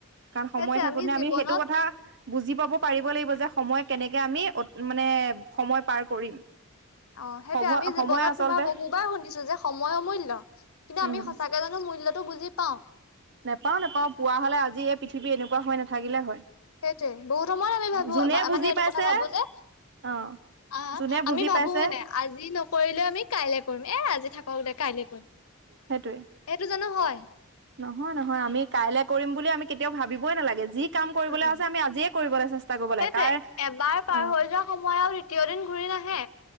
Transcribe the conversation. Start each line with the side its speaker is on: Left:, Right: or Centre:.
Right: কাৰণ সময়
Left: সেইটোৱে
Right: থাকোতে
Left: জীৱনত
Right: আমি সেইটো কথা বুজি পাব পাৰিব লাগিব যে সময় কেনেকে আমি মানে সময় পাৰ কৰিম
Left: অ সেইটোয়ে
Right: সময়
Left: আমি জীৱনত
Right: সময় আচলতে
Left: তোমাৰ বহুবাৰ শুনিছো যে সময় অমূল্য কিন্তু
Right: উম
Left: আমি সঁচাক তে জানো মূল্যত বুজিাওঁ <unintelligible>
Right: নেপাওঁ নাপাওঁ পোৱা হ'লে আজি এই পৃথিৱী এনেকুৱা হৈ নাথাকিলে হয়
Left: সেইটোৱে বহুত সময়ত আমি ভাবো
Right: যোনে বুজি
Left: মানে এইটো
Right: পাইছে
Left: কথা ভাবো যে
Right: অ
Left: অ
Right: যোনে
Left: আমি
Right: বুজি
Left: ভাবো
Right: পাইছে
Left: হয় নাই আজি নকৰিলেও আমি কাইলে কৰিম এ আজি থাকক দে কাইলে কৰিম
Right: সেইটোৱে
Left: এইটো জানো হয়
Right: নহয় নহয় আমি কাইলৈ কৰিম বুলি আমি কেতিয়াও ভাবিবই নালাগে যি কাম কৰিবলৈ
Left: উম
Right: আছে আমি আজিয়ে কৰিবলৈ চেষ্টা কৰিব
Left: সেইটোৱে
Right: লাগে কাৰ
Left: এবাৰ পাৰ
Right: অ
Left: হৈ সময় আৰু <unintelligible> দ্বিতীয় দিন ঘূৰি নাহে